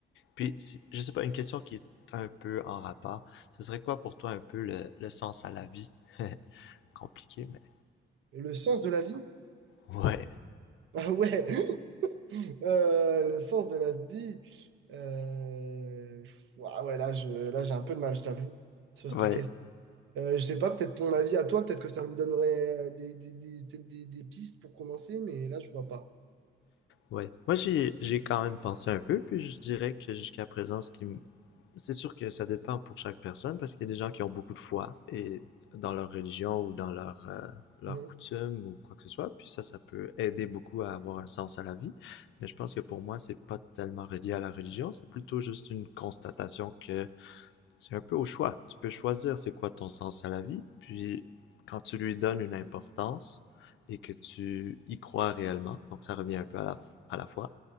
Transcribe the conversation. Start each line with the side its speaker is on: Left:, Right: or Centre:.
Left: Puis, si- je sais pas, une question qui est un peu en rapport. Ce serait quoi pour toi un peu le, le sens à la vie? <laughs> Compliqué, mais.
Right: Le sens de la vie?
Left: Ouais.
Right: Ah ouais. <laughs> Euh, le sens de la vie. euh, Ah ouais, là, je, là, j'ai un peu de mal, je t'avoue, sur cette
Left: Ouais.
Right: question. Euh, je sais pas, peut-être ton avis à toi, peut-être que ça me donnerait euh, des, des, des, peut-être des, des pistes pour commencer, mais là, je vois pas.
Left: Ouais. Moi, j'ai j'ai quand même pensé un peu, puis je dirais que jusqu'à présent, ce qui me... C'est sûr que ça dépend pour chaque personne, parce qu'il y a des gens qui ont beaucoup de foi et dans leur religion ou dans leur, euh, leur
Right: Mhm.
Left: coutume ou quoi que ce soit, puis ça, ça peut aider beaucoup à avoir un sens à la vie. Mais je pense que pour moi, c'est pas tellement relié à la religion, c'est plutôt juste une constatation que c'est un peu au choix. Tu peux choisir c'est quoi ton sens à la vie, puis quand tu lui donnes une importance et que tu y crois réellement, donc ça revient un peu à la, à la fois,